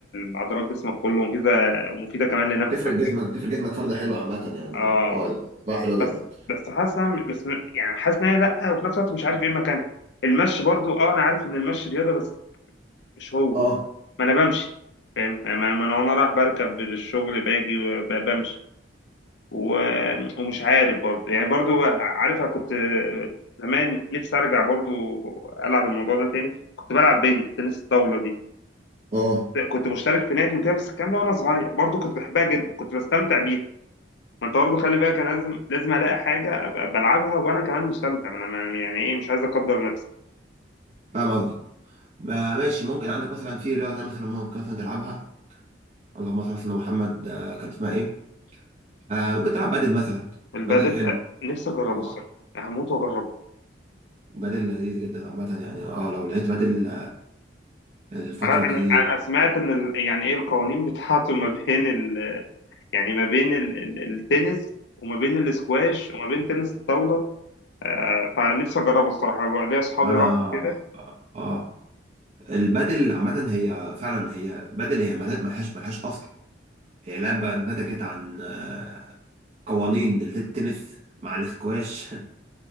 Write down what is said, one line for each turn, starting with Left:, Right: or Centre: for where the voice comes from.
Left: لعضلات جسمك كله ومفيدة ومفيدة كمان لنفسك
Right: بتفرق جسمك بتفرق جسمك فرده حلوه عامه يعني
Left: اه
Right: اه بقى حلوه جدا
Left: بس بس حاسس إنها- بس يعني حاسس إن هي لأ وفي نفس الوقت مش عارف إيه مكانها المشي برضو أه أنا عارف إن المشي رياضة بس مش هو
Right: اه
Left: ما أنا بمشي فاهم يعني ما ما أنا وأنا رايح بركب للشغل باجي وبمشي و- ومش عارف برضه يعني برضه عارف أنا كنت زمان نفسي أرجع برضه ألعب الموضوع ده تاني كنت بلعب بينج تنس الطاولة دي
Right: اه
Left: كنت مشترك في نادي وكده بس الكلام ده وأنا صغير برضه كنت بحبها جدا كنت بستمتع بيها ما أنت برضه خلي بالك أنا لازم لازم ألاقي حاجة أبقى بلعبها وأنا كمان مستمتع ما أنا ما- يعني إيه مش عايز أقدر نفسي
Right: فاهم قصدك ما ماشي ممكن عندك مثلا في رياضه تانية مثلا ممكن مثلا تلعبها اللهم صل على سيدنا محمد آه، كان اسمها ايه آه ممكن تلعب بدل مثلا
Left: البادل
Right: بدل حلو
Left: نفسي أجربه
Right: اه
Left: الصراحة هموت وأجربه
Right: بدل لذيذ جدا عامة يعني اه لو لقيت بدل الفترة
Left: أنا
Right: دي
Left: أنا أنا سمعت إن ال- يعني إيه القوانين <laughs> بتاعته ما بين يعني ما بين ال- ال- التنس وما بين الاسكواش وما بين تنس الطاولة آه، فنفسي أجربه الصراحة بقى ليا أصحابي
Right: انا
Left: راحوا كده
Right: اه آه. البدل عامة هي فعلا هي بدل هي ملهاش ملهاش ملهاش اصل هي لعبة نتجت عن آه، قوانين التنس مع الاسكواش <laughs>